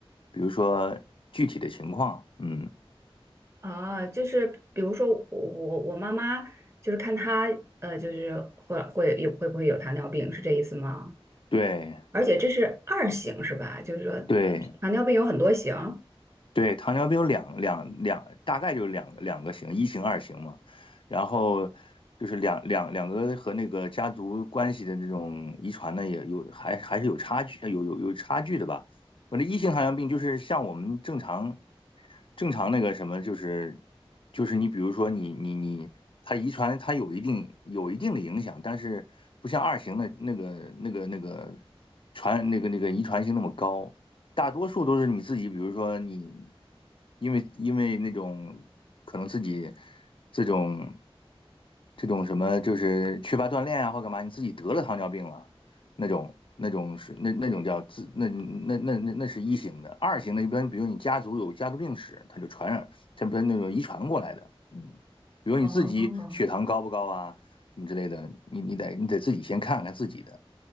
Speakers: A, on the left; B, on the right.
A: 比如说具体的情况，嗯，
B: 啊，就是比如说我我我妈妈就是看她呃就是会会有会不会有糖尿病是这意思吗？
A: 对。
B: 而且这是二型是吧？就是说
A: 对，
B: 糖尿病有很多型。
A: 对，糖尿病有两两两，大概就是两两个型，一型、二型嘛。然后就是两两两个和那个家族关系的这种遗传呢，也有还还是有差距，有有有差距的吧。反正一型糖尿病就是像我们正常正常那个什么，就是就是你比如说你你你，它遗传它有一定有一定的影响，但是不像二型的那个那个那个传那个那个遗传性那么高。大多数都是你自己，比如说你，因为因为那种可能自己这种这种什么，就是缺乏锻炼啊，或干嘛，你自己得了糖尿病了，那种那种是那那种叫自那那那那那是一型的，二型的一般，比如你家族有家族病史，它就传染，它不是那种遗传过来的，嗯，比如你自己血糖高不高啊，
B: 哦。
A: 什么之类的，你你得你得自己先看看自己的。